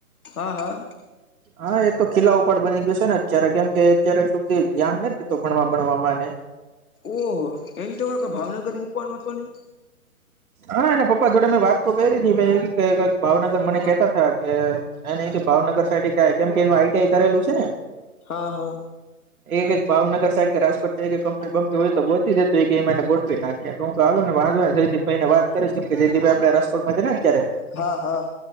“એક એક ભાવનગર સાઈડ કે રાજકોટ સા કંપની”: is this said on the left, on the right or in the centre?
Right